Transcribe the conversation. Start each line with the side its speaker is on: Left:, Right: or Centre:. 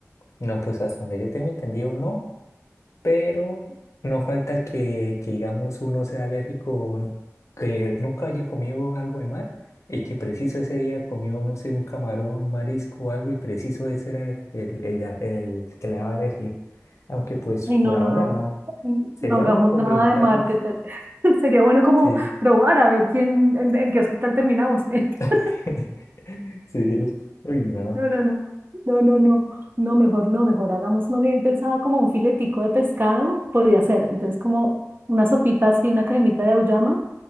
Left: No, pues hasta donde yo tengo entendido, no. pero no falta que, que, digamos, uno sea alérgico, que nunca haya comido algo de mar y que preciso ese día comió, no sé, un camarón, un marisco o algo y preciso ese era el, el- el- el que le daba alergia. Aunque pues
Right: y
Left: por
Right: no,
Left: ahora
Right: no, no,
Left: no.
Right: mm,
Left: Sería
Right: no hagamos
Left: bueno como
Right: nada
Left: preguntarles.
Right: de marketing. <laughs> Sería bueno como
Left: Sí.
Right: probar a ver quién, en, en qué hospital terminamos. <laughs>
Left: <laughs> Sí. Uy, no.
Right: No, no, no, no, no, no, no, mejor no, mejor hagamos, no bien pensaba como un filetico de pescado, podría ser, entonces como una sopita así, una cremita de auyama